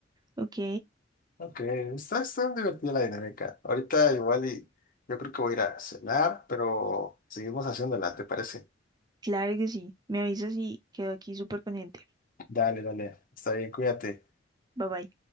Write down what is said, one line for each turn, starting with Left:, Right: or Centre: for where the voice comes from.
Right: Ok,
Left: ok, está, está divertida la dinámica. Ahorita igual y yo creo que voy a ir a cenar, pero seguimos haciéndola, ¿te parece?
Right: claro que sí. Me avisas y quedo aquí súper pendiente.
Left: Dale, dale, está bien, cuídate.
Right: Bye bye.